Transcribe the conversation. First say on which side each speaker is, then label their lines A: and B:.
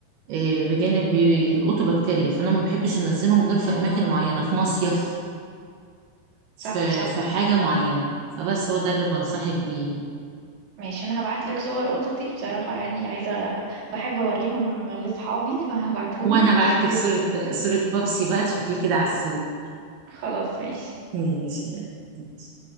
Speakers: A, on the right; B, on the right.
A: آه، بجانب بيلقطوا بكتيريا فانا ما بحبش انزلهم غير في
B: اه
A: اماكن معينه في مصيف في
B: صح صح
A: في حاجه معينه فبس هو ده اللي بنصحك بيه يعني.
B: ماشي انا هبعت لك صور قطط دي بصراحة يعني عايزة بحب اوريهم لاصحابي فهبعتهم
A: وانا
B: لك
A: بعتك
B: تشوفيهم
A: صوره
B: كده
A: صوره بابسي بقى تشوفيه كده على السوق
B: خلاص ماشي
A: ماشي يعني. ماشي.